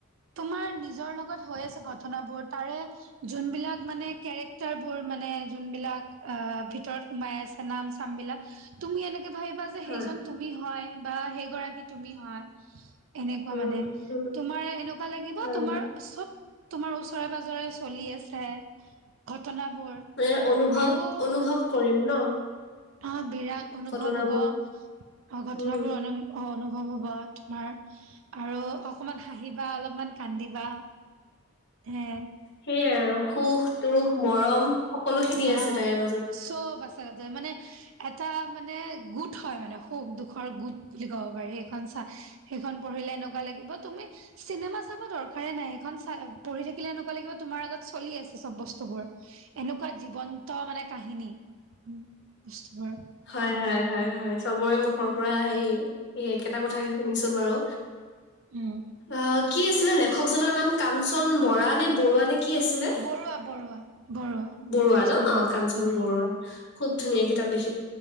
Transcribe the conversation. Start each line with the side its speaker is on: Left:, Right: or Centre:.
Right: তোমাৰ নিজৰ লগত হৈ আছে ঘটনাবোৰ, তাৰে যোনবিলাক মানে কেৰেক্টাৰ বোৰ মানে যোনবিলাক অ' ভিতৰত সোমাই আছে নাম-চাম বিলাক, তুমি এনে ভাবিবা যে,
Left: হয়
Right: সেইজন তুমি হয়, বা সেইগৰাকী তুমি হয়। এনেকুৱা
Left: উম
Right: মানে,
Left: উম
Right: তোমাৰ এনেকুৱা লাগিব
Left: হয়
Right: তোমাৰ চব তোমাৰ ওচৰে-পাজৰে চলি আছে ঘটনাবোৰ,
Left: মানে অনুভৱ
Right: আৰু
Left: অনুভৱ কৰিম ন
Right: অ' বিৰাট অনুভৱ
Left: ঘটনাবোৰ
Right: হ'ব, অ' ঘটনাবোৰ
Left: উম
Right: অনু অ অনুভৱ হ'ব তোমাৰ, আৰু অকণমান হাঁহিবা, অলপমান কান্দিবা হে
Left: সেয়াই আৰু, সুখ-দুখ, মৰম সকলোখিনি
Right: অ',
Left: আছে তাৰে মাজত
Right: চব আছে তাতে মানে এটা মানে গোট হয় মানে সুখ-দুখৰ গোট বুলি ক'ব পাৰি সেইখন চাই সেইখন পঢ়িলে এনেকুৱা লাগিব তুমি চিনেমা চাব দৰকাৰেই নাই সেইখন চা পঢ়ি থাকিলে এনেকুৱা লাগিব তুমি আমাৰ আগতেই চলি আছে চব বস্তুবোৰ, এনেকুৱা জীৱন্ত মানে কাহিনী। <unintelligible>
Left: হয়, হয়, হয়, হয়। চবৰে মুখৰ পৰা সেই একেটা কথাকেই শুনিছোঁন বাৰু।
Right: উম
Left: অ', কি আছিলে লেখকজনৰ নাম? কাঞ্চন বৰা নে বৰুৱা নে? কি আছিলে
Right: বৰুৱা বৰুৱা বৰুৱা
Left: বৰুৱা
Right: কাঞ্চন
Left: ন
Right: বৰুৱা
Left: কাঞ্চন
Right: উম
Left: বৰুৱা। খুব ধুনীয়া কিতাপ লিখ